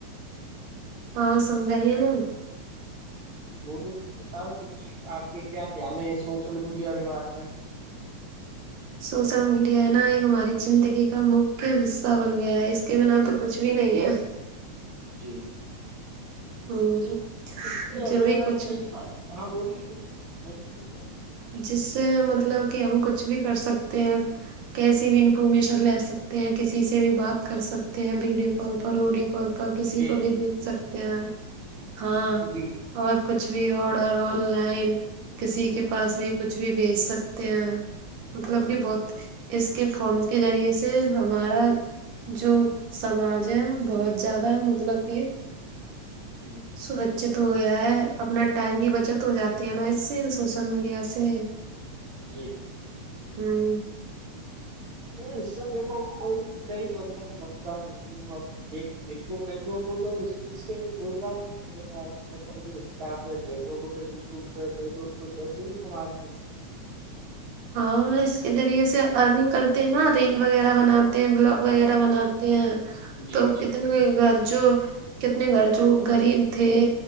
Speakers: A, on the right; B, on the right.
A: ہاں سمنگائییا ن
B: بولو بتاؤ کچھ آپ کے کیا خیال ہے یہ سوشل میڈیا کے بارے میں
A: سوشل میڈیا ہے نا ایک ہماری زندگی کا مکھی حصہ بن گیا ہے کی ب نہ تو کچھ بھی نہیں ہے
B: جی
A: ہوں
B: اس سے ہمیں
A: جو بھی کچھ
B: کد ہاں بولیے بلی
A: جس سے مطلب کہ ہم کچھ بھی کر سکتے ہیں کیسی بھی انفارمیشن لے سکتے ہیں کسی سے بھی بات کر سکتے ہیں ویڈیو کال پر آڈی ک پر کسی
B: جی
A: کو بھی دیکھ سکتے ہیں ہاں
B: جی
A: اور کچھ بھی آڈر آن لائن کسی کے پاس بھی کچھ بھی بیچ سکتے ہیں
B: جی
A: مطلب کہ بہت
B: جی
A: اس کے فون کے ذریعے سے ہمارا جو سماج ہے بہت زیادہ مطلب کہ
B: اچھا ٹھیک ہے
A: سرکچت ہو گیا ہے اپنا ٹائم کی بچت ہو جاتی ہے نا اس سے سوشل میڈیا سے
B: جی
A: ہاں
B: یہ ایشب میں کوئی کئی بندلا للتا نہیں آپ جن کو کئی لوگوں کو تو اس سے روجران مجھ انسٹا پہ فیس بک پہ یو ٹیوب پہ کوو پہ صرف ہمارے
A: ہاں اس کے ذریعے سے ارننگ کرتے ہیں نا ریل وغیرہ بناتے ہیں بلاگ وغیرہ
B: جی
A: بناتے ہیں
B: جی
A: تو
B: جی
A: کتنے گھر جو کتنے گھر جو گغریب تھے